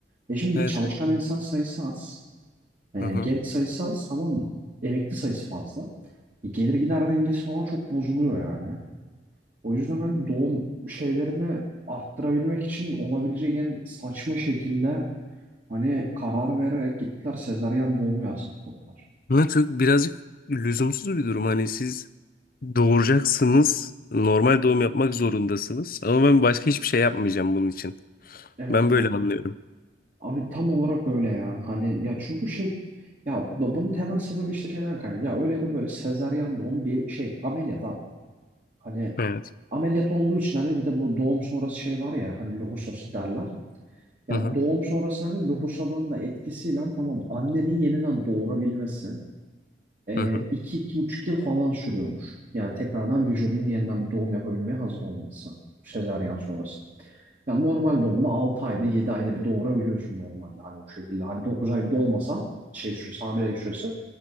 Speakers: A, on the right; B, on the left.
A: E şimdi
B: Evet.
A: çalışan
B: evet.
A: insan sayısı az. e,
B: Hı hı.
A: genç sayısı az tamam mı? Emekli sayısı fazla. E, gelir gider dengesi falan çok bozuluyor yani. O yüzden hani doğum şeylerini arttırabilmek için olabilecek en saçma şekilde hani karar vererek gittiler sezaryen doğumu yasakladılar.
B: Ne çok birazcık lüzumsuz bir durum. Hani siz doğuracaksınız. Normal doğum yapmak zorundasınız. Ama ben başka hiçbir şey yapmayacağım bunun için.
A: Evet
B: Ben böyle anlıyorum.
A: Abi tam olarak böyle yani. Hani ya çünkü şey ya bu- bunun temel sebebi işte şeyden kaynak. Ya öyle ya da böyle sezaryen doğum bir şey ameliyat abi. Hani
B: Evet.
A: ameliyat olduğu için hani bir de bu doğum sonrası şey var ya hani lohusa derler. Ya
B: Hı hı.
A: doğum sonrası hani lohusadan da etkisiyle tamam annenin yeniden doğurabilmesi e,
B: Hı hı.
A: iki, iki buçuk yıl falan sürüyormuş. Yani tekrardan vücudunun yeniden bir doğum yapabilmeye hazır olması. Bu sezaryen sonrası. Yani normal doğumda 6 ayda 7 ayda bir doğurabiliyorsun normalde hani o şekilde. Hani 9 ayda olmasa, şey süresi hamilelik süresi